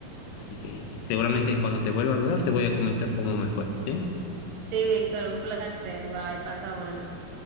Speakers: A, on the left; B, on the right.
A: Así que seguramente cuando te vuelva a hablar te voy a comentar cómo me fue, ¿sí?
B: Sí, Víctor, un placer. Bye, pasa buenas.